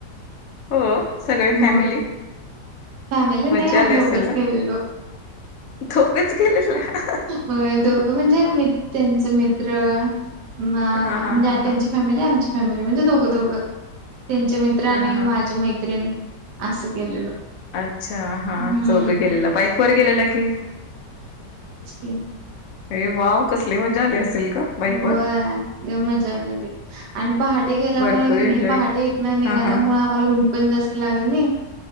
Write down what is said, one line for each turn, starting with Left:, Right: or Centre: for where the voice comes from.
Left: हो. सगळे
Right: हो
Left: फॅमिली
Right: फॅमिली नाही
Left: मज्जा
Right: आम्ही
Left: आली
Right: दोघंच
Left: असेल ना.
Right: गेलेलो
Left: <unintelligible>
Right: होय दोघं म्हणजे मि त्यांचे मित्र म
Left: हा हा
Right: म्हणजे
Left: हा
Right: आ त्यांची
Left: हा
Right: फॅमिली आमची फॅमिली म्हणजे दोघं दोघं. त्यांचे मित्र आणि
Left: हा हा
Right: माझी मैत्रिण असं गेलेलो.
Left: अच्छा हा
Right: हम्म
Left: चौघं गेलेला बाईक वर गेलेला कि
Right: ओके.
Left: अरे वाव कसली मजा आली असेल. ग बाईक
Right: होय
Left: वर
Right: मजा आली की आणि पहाटे गेल्यामुळे
Left: भरपूर
Right: की
Left: एन्जॉय
Right: नाही पहाटे इथन निघालो. निघाल्यामुळे
Left: हा हा
Right: आम्हाला ऊन पण जास्त लागल नाही.